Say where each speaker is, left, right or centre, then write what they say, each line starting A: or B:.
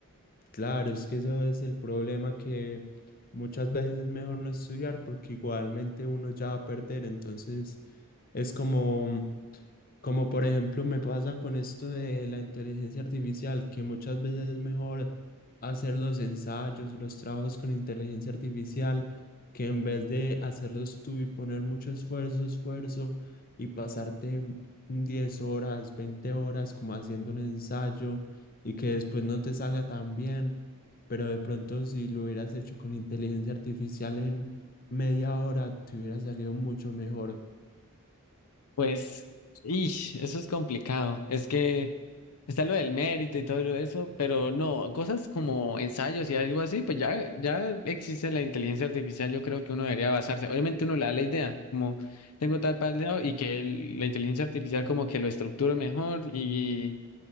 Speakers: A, on the left (about 40°); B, on the left (about 80°).
A: Claro, es que eso es el problema que muchas veces es mejor no estudiar porque igualmente uno ya va a perder. Entonces es como, como por ejemplo me pasa con esto de la inteligencia artificial, que muchas veces es mejor hacer los ensayos, los trabajos con inteligencia artificial, que en vez de hacerlos tú y poner mucho esfuerzo, esfuerzo y pasarte 10 horas, 20 horas como haciendo un ensayo y que después no te salga tan bien, pero de pronto si lo hubieras hecho con inteligencia artificial en media hora, te hubiera salido mucho mejor.
B: Pues, ish, eso es complicado. Es que está lo del mérito y todo eso, pero no, cosas como ensayos y algo así, pues ya, ya existe la inteligencia artificial, yo creo que uno debería basarse. Obviamente uno le da la idea, como tengo tal lado y que el- la inteligencia artificial como que lo estructure mejor y